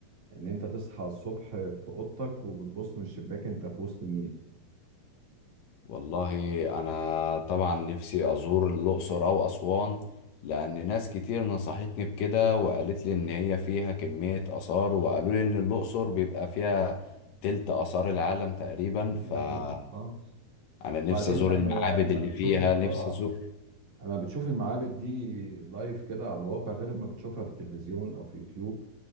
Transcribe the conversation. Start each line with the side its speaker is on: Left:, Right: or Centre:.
Right: إن أنت تصحى الصبح في أوضتك وبتبص من الشباك أنت في وسط النيل
Left: والله انا طبعا نفسي ازور الاقصر او اسوان لان ناس كتير نصحتني بكده وقالت لي ان هي فيها كمية اثار وقالوا لي ان الاقصر بيبقى فيها تلت اثار العالم تقريبا
Right: حقيقة
Left: فانا
Right: حقيقة اه
Left: نفسي
Right: بعدين
Left: ازور
Right: لما
Left: المعابد
Right: لما
Left: اللي
Right: بتشوف
Left: فيها
Right: ال-
Left: نفسي
Right: اه
Left: ازور
Right: لما بتشوف المعابد دي لايف كده على الواقع غير لما بتشوفها في التلفزيون أو في يوتيوب